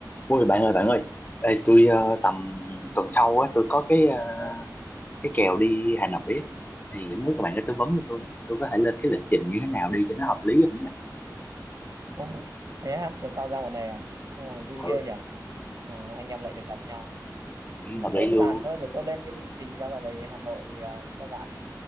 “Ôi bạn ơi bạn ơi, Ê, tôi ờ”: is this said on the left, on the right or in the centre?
Left